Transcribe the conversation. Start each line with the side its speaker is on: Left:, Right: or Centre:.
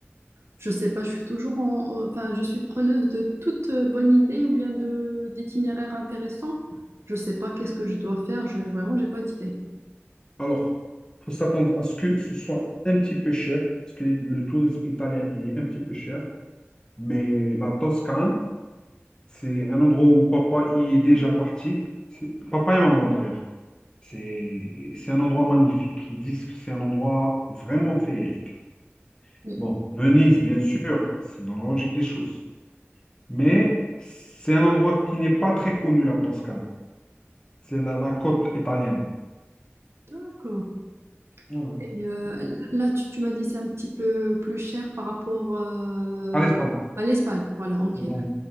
Right: Je sais pas, je suis toujours en, en- enfin, je suis preneuse de toute euh, bonne idée ou bien de d'itinéraire intéressant. Je sais pas qu'est-ce que je dois faire. Je, vraiment, j'ai pas d'idée.
Left: Alors, faut s'attendre à ce que ce soit un petit peu cher, parce que le tourisme italien, il est un petit peu cher. Mais la Toscane, C'est un endroit où papa y est déjà parti. C'est- Papa et maman d'ailleurs. C'est c'est un endroit magnifique. Ils disent que c'est un endroit vraiment féerique.
Right: Oui.
Left: Bon, Venise, bien sûr, c'est dans la logique des choses. Mais c'est un endroit qui n'est pas très connu, la Toscane. C'est la, la côte italienne.
Right: D'accord.
Left: Voilà.
Right: Et euh,
Left: Au-
Right: là, tu, tu m'as dit c'est un petit peu plus cher par rapport euh,
Left: À l'Espagne.
Right: à l'Espagne. Voilà, ok,
Left: Mhm.